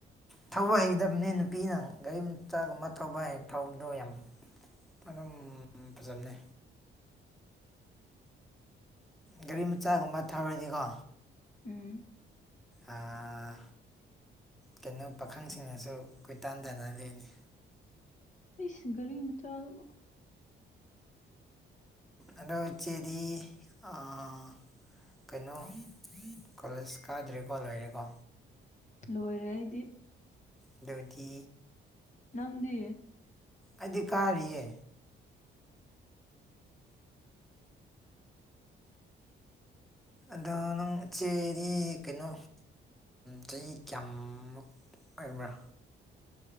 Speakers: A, in the centre; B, on the left (about 40°).
A: ꯊꯧꯕ ꯍꯩꯗꯝꯅꯦ ꯅꯨꯄꯤꯅ ꯒꯥꯔꯤ ꯃꯆꯥꯒꯨꯝꯕ ꯊꯧꯕ ꯍꯩ ꯊꯧꯕꯗꯣ ꯌꯥꯝ ꯑꯗꯨꯝ ꯐꯖꯝꯅꯦ ꯒꯥꯔꯤ ꯃꯆꯥꯒꯨꯝꯕ ꯊꯧꯔꯗꯤꯀꯣ
B: ꯎꯝ
A: ꯑꯥ... ꯀꯩꯅꯣ ꯄꯥꯈꯪꯁꯤꯡꯅꯁꯨ ꯀꯣꯏ ꯇꯥꯟ ꯇꯥꯟꯅꯗꯣꯢꯅꯦ
B: ꯏꯁ ꯒꯥꯔꯤꯒꯤ ꯃꯆꯥꯥꯗꯕꯣ
A: ꯑꯗꯣ ꯆꯦꯔꯤ ꯑꯥ ꯀꯩꯅꯣ ꯀꯣꯂꯦꯖ ꯀꯥꯗ꯭ꯔꯦꯀꯣ ꯂꯣꯏꯔꯦꯀꯣ
B: ꯂꯣꯏꯔꯦ ꯑꯩꯗꯤ
A: ꯑꯗꯨꯗꯤ
B: ꯅꯪꯗꯤ
A: ꯑꯩꯗꯤ ꯀꯥꯔꯤꯌꯦ ꯑꯗꯣ ꯅꯪ ꯏꯆꯦꯗꯤ ꯀꯩꯅꯣ ꯆꯍꯤ ꯀꯌꯥꯝꯃꯨꯛ ꯑꯩꯕꯨꯔꯥ